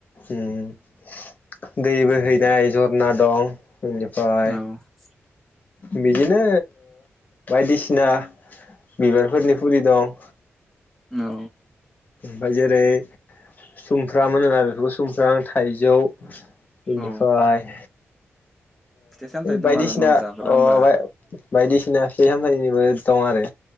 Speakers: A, on the left (about 35°); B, in the centre.
A: ओम दैबो हैनाय जरना दं। बिनिफ्राय
B: औ
A: बिदिनो। बायदिसिना बिबारफोरनि फुलि दं।
B: औ औ।
A: बा जेरै। सुमफ्रामोन होना बेफोरखौ सुमफ्राम आं थ। थाइजौ। बिनिफ्राय।
B: औ फिथाइ सामथाइ दं
A: बायदिसिना
B: आरो न' जाग्रा
A: अ
B: होमबा
A: बायदिसिना। फैहामथायाइनिबो दं आरो।